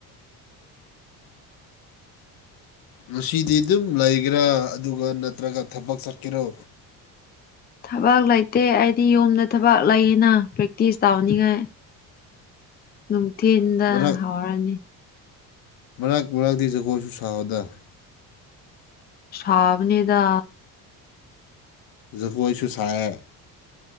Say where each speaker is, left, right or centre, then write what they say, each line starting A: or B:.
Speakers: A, on the left (about 70°); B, on the left (about 25°).
A: ꯉꯁꯤꯗꯤ ꯑꯗꯨꯝ ꯂꯩꯒꯦꯔꯥ ꯑꯗꯨꯒ ꯅꯠꯇ꯭ꯔꯒ ꯊꯕꯛ ꯆꯠꯀꯦꯔꯣ
B: ꯊꯕꯥꯛ ꯂꯩꯇꯦ ꯑꯩꯗꯤ ꯌꯨꯝꯗ ꯊꯕꯥꯛ ꯂꯩꯌꯦꯅ ꯄ꯭ꯔꯦꯛꯇꯤꯁ ꯇꯧꯅꯤꯡꯉꯥꯏ ꯅꯨꯡꯊꯤꯟꯗ
A: ꯃꯔꯛ
B: ꯍꯧꯔꯅꯤ
A: ꯃꯔꯛ ꯃꯔꯛꯇꯤ ꯖꯒꯣꯏꯁꯨ ꯁꯥꯎꯑꯣꯗ
B: ꯁꯥꯕꯅꯦꯗ
A: ꯀꯣꯏꯁꯨ ꯁꯥꯏꯌꯦ